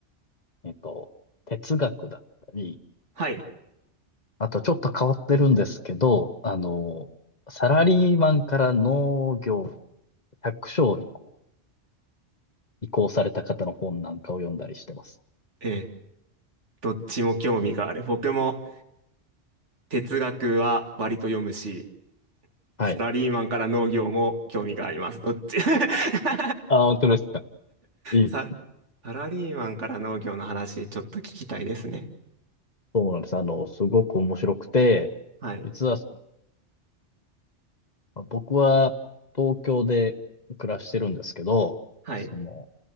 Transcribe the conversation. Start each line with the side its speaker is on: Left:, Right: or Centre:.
Left: えっと、哲学だったり、
Right: はい。
Left: あとちょっと変わってるんですけど、あの、サラリーマンから農業、百姓にこう移行された方の本なんかを読んだりしてます。
Right: ええ、どっちも興味がある。僕も哲学は割と読むし、
Left: はい。
Right: サラリーマンから農業も興味があります。どっち <laughs>
Left: あ、本当ですか。いい。
Right: さ、サラリーマンから農業の話ちょっと聞きたいですね。
Left: そうなんです。あの、すごく面白くて、
Right: はい、
Left: 実はその、まあ僕は東京で暮らしてるんですけど、
Right: はい、
Left: その、